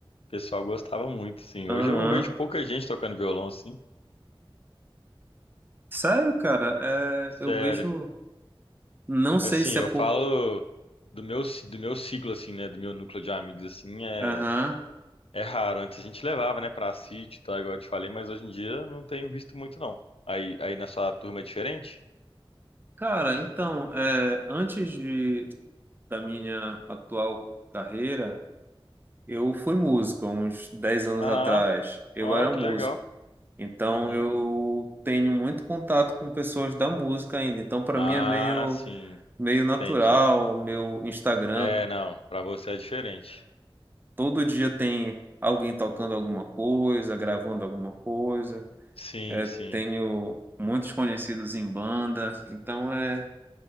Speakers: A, on the left (about 85°); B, on the right (about 20°).
A: O pessoal gostava muito, assim.
B: Aham.
A: Hoje eu vejo pouca gente tocando violão, assim.
B: Sério, cara, é,
A: Sério.
B: eu vejo. Não sei
A: Assim,
B: se
A: eu
B: é por.
A: falo do meu, ci- do meu ciclo, assim, né? Do meu núcleo de amigos, assim, é,
B: Aham.
A: é raro. Antes a gente levava, né, pra sítio, tá? Igual eu te falei, mas hoje em dia eu não tenho visto muito, não. Aí, aí na sua turma é diferente?
B: Cara, então, é, antes de, da minha atual carreira, eu fui músico, há uns 10 anos
A: Ah,
B: atrás. Eu
A: ó,
B: era
A: que
B: músico.
A: legal.
B: Então,
A: Uhum.
B: eu tenho muito contato com pessoas da música ainda. Então, para
A: Ah,
B: mim é meio,
A: sim,
B: meio natural,
A: entendi.
B: meu Instagram.
A: É, não, pra você é diferente.
B: Todo dia tem alguém tocando alguma coisa, gravando alguma coisa.
A: Sim,
B: É,
A: sim.
B: tenho muitos conhecidos em banda, então é